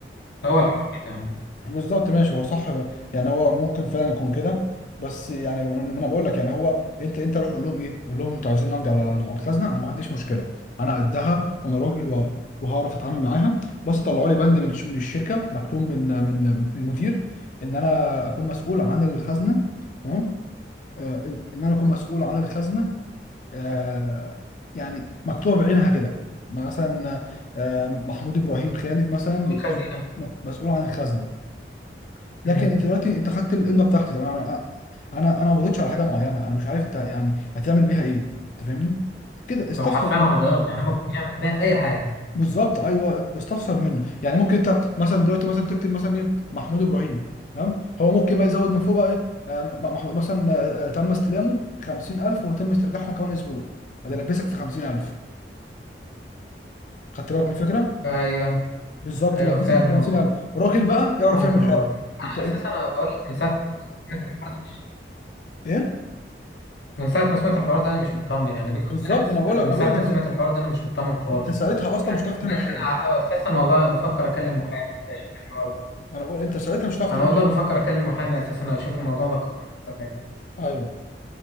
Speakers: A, on the left (about 85°); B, on the left (about 45°).
A: هو الحق كده
B: بالظبط ماشي هو صح يعني هو ممكن فعلا يكون كده بس يعني ما انا بقول لك يعني هو انت انت روح قول لهم ايه قول لهم انتوا عايزين نمضي على على الخزنه انا ما عنديش مشكله انا قدها وانا راجل وه- وهعرف اتعامل معاها بس طلعوا لي بند من الش- من الشركه مختوم من من من المدير ان انا اكون مسؤول عن الخزنه تمام آه، ان انا اكون مسؤول عن الخزنه آه، يعني مكتوب بعينها كده مثلا آه، محمود ابراهيم خالد مثلا
A: الخزينة بس.
B: مسؤول عن الخزنه لكن
A: مم.
B: انت دلوقتي انت خدت الامضه بتاعتي طب انا انا انا ما قبضتش على حاجه معينه انا مش عارف انت يعني هتعمل بيها ايه انت فاهمني كده استفسر
A: هو حرفيا
B: منه
A: على بياض يعني ممكن يعمل بيها أي حاجة
B: بالظبط ايوه استفسر منه يعني ممكن انت مثلا دلوقتي مثلا تكتب مثلا ايه محمود ابراهيم تمام هو ممكن بقى يزود من فوق بقى ايه آه، م- محمود مثلا آه، آه، تم استلامه 50000 وتم استرجاعهم كمان اسبوع فده لبسك في 50000 خدت بالك من الفكره
A: أيوة
B: بالظبط
A: أيوة
B: لبسك
A: فعلا
B: في 50000
A: والله
B: راجل بقى يعرف
A: ممكن
B: يعمل
A: والله
B: حاجه
A: أنا
B: انت
A: أساسا أنا بقول لك من ساعة ما سمعت الحوار ده
B: ايه
A: من ساعة ما سمعت الحوار ده أنا مش مطمن يعني بيني
B: بالظبط
A: وبينك
B: انا بقول لك
A: من
B: انا
A: ساعة
B: بقول لك انت
A: ما سمعت الحوار ده أنا مش مطمن خالص
B: انت ساعتها اصلا
A: يعني
B: مش هتعرف تعمل
A: بيني وبينك
B: حاجه
A: أنا أساسا والله بفكر أكلم محامي كده أشوف الحوار ده
B: ما انا بقول انت ساعتها مش هتعرف
A: أنا
B: تعمل
A: والله
B: حاجة.
A: بفكر أكلم محامي أساسا أشوف الموضوع ده قانوني ولا إيه.
B: ايوه